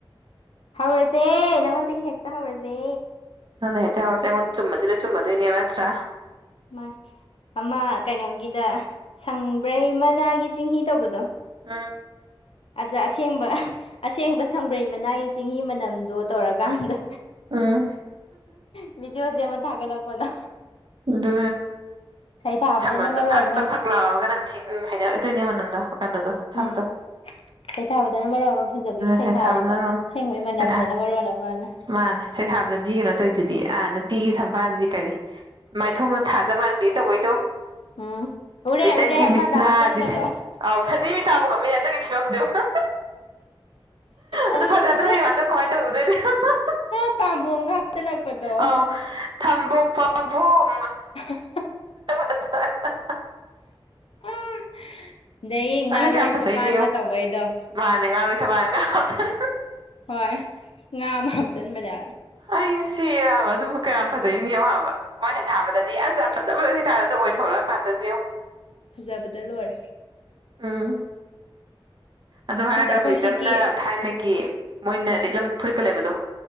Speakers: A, on the left; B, on the right.
A: ꯍꯧꯔꯁꯦ ꯅꯪꯉꯣꯟꯗꯒꯤ ꯍꯦꯛꯇ ꯍꯧꯔꯁꯦ
B: ꯉꯣꯟꯗꯩꯩ ꯍꯦꯛꯇꯥ ꯍꯧꯔ꯭ꯁꯦ ꯑꯩꯉꯣꯟꯗ ꯆꯨꯝꯃꯗꯤ ꯂꯣꯏ ꯆꯨꯝꯃꯗꯣꯏꯅꯦꯕ ꯅꯠꯇꯔꯥ
A: ꯃꯥ ꯑꯃ ꯀꯩꯅꯣꯒꯤꯗ ꯁꯪꯕ꯭ꯔꯩ ꯃꯅꯥꯒꯤ ꯆꯤꯡꯍꯤ ꯇꯧꯕꯗꯣ
B: ꯑꯥ
A: ꯑꯗꯨꯗ ꯑꯁꯦꯡꯕ ꯑꯁꯦꯡꯕ ꯁꯪꯕ꯭ꯔꯩ ꯃꯅꯥꯏ ꯆꯤꯡꯍꯤ ꯃꯅꯝꯗꯣ ꯇꯧꯔꯀꯥꯟꯗ
B: ꯎꯝ
A: ꯚꯕꯤꯗꯤꯑꯣ ꯁꯦꯝꯃꯥ ꯊꯥꯒꯠꯂꯛꯄꯗꯣ
B: ꯑꯗꯨ
A: ꯁꯩꯊꯥꯕꯗꯅ
B: ꯁꯝꯒꯗꯣ
A: ꯃꯔꯣꯟ
B: ꯆꯥꯐꯛ
A: ꯑꯃ
B: ꯆꯥꯐꯛ ꯂꯥꯎꯔꯒ ꯅꯝꯊꯤ ꯎꯃ ꯍꯩꯅꯔꯣꯏꯗꯣꯏꯅꯦ ꯃꯅꯝꯗꯣ ꯀꯩꯅꯣꯗꯣ ꯁꯝꯗꯣ
A: ꯎꯝ ꯁꯩꯊꯥꯕꯗꯅ ꯃꯔꯣꯟ ꯑꯃ ꯐꯖꯕꯒꯤ ꯁꯩꯊꯥꯔꯤꯕ
B: ꯍꯦꯛ ꯊꯥꯕꯅꯔꯣꯝ
A: ꯑꯁꯦꯡꯕꯩ ꯃꯅꯝꯗꯅ
B: ꯍꯦꯛ ꯊꯥ
A: ꯃꯔꯣꯟ ꯑꯃꯅ
B: ꯃꯥꯅꯦ ꯁꯩꯊꯥꯕꯗꯗꯤ ꯀꯩꯅꯣ ꯇꯧꯋꯤꯗꯨꯗꯤ ꯑꯥ ꯅꯨꯄꯤꯒꯤ ꯁꯝꯕꯥꯜꯗꯤ ꯀꯔꯤ ꯃꯥꯏꯊꯣꯡꯅ ꯊꯥꯖ ꯃꯥꯟꯕꯤ ꯇꯧꯕ ꯗꯣ
A: ꯎꯝ ꯎꯔꯦ
B: ꯅꯪꯒꯤ
A: ꯎꯔꯦ ꯑꯃꯗ
B: ꯃꯤꯁꯅꯥꯗꯤ
A: ꯍꯥꯞꯆꯟꯕꯗꯣ
B: ꯑꯥꯎ ꯁꯖꯤ ꯃꯤꯠꯇꯕꯨ ꯉꯝꯃꯤꯅꯦ ꯑꯗꯨꯒꯤ ꯐꯤꯕꯝꯗꯣ ꯌꯦꯡꯉꯣ
A: ꯑꯩ
B: ꯑꯗꯣ ꯐꯖꯗ꯭ꯔꯥ
A: ꯉꯝꯃꯔꯣꯏ
B: ꯌꯦꯡꯉꯣ ꯑꯗꯣ ꯀꯃꯥꯏꯅ ꯇꯧꯔꯨꯗꯣꯏꯅꯣ ꯌꯦꯡꯉꯣ
A: ꯑꯥ ꯄꯥꯝꯕꯣꯝꯒ ꯍꯥꯞꯆꯜꯂꯛꯄꯗꯣ
B: ꯑꯥꯎ ꯊꯝꯕꯧ ꯄꯥꯝꯕꯣꯝ
A: <unintelligible>
B: <unintelligible>
A: ꯑꯥ ꯑꯗꯩ ꯉꯥꯔꯣꯏ
B: ꯑꯗꯨ ꯀꯌꯥꯝ ꯐꯖꯩꯅꯣ
A: ꯁꯕꯥꯟꯒ
B: ꯌꯦꯡꯉꯣ
A: ꯇꯧꯕꯩꯗꯣ
B: ꯃꯥꯅꯦ ꯉꯥꯔꯥꯡꯔꯣꯏꯁꯟꯂꯣ ꯍꯥꯏꯕꯅꯦ ꯍꯧꯆꯟ
A: ꯍꯣꯏ ꯉꯥ ꯑꯃ ꯍꯥꯞꯆꯟꯕꯅꯦꯕ
B: ꯑꯩ ꯁꯤꯔꯦ ꯍꯥꯏꯕꯥ ꯑꯗꯨꯕꯨ ꯀꯌꯥꯝ ꯐꯖꯩꯅꯣ ꯌꯦꯡꯉꯣ ꯍꯥꯏꯕ ꯃꯣꯏ ꯁꯩꯊꯥꯕꯗꯗꯤ ꯑꯁ ꯐꯖ ꯐꯖꯅ ꯁꯩꯊꯥꯗꯔ ꯑꯣꯏꯊꯣꯔꯛ ꯀꯟꯗꯥꯗꯤ ꯌꯦꯉꯣ
A: ꯐꯖꯕꯗ ꯂꯣꯏꯔꯦ
B: ꯎꯝ ꯑꯗꯨ ꯍꯥꯏꯔꯒ
A: ꯑꯁ ꯑꯩꯈꯣꯏ
B: ꯃ꯭ꯌꯨꯖꯌꯝꯗ
A: ꯁꯤꯒꯤ
B: ꯊꯥꯏꯅꯒꯤ ꯃꯣꯏꯅ
A: ꯎꯝ
B: ꯂꯤꯠꯂꯝ ꯐꯨꯔꯤꯠꯀ ꯂꯩꯕꯗꯣ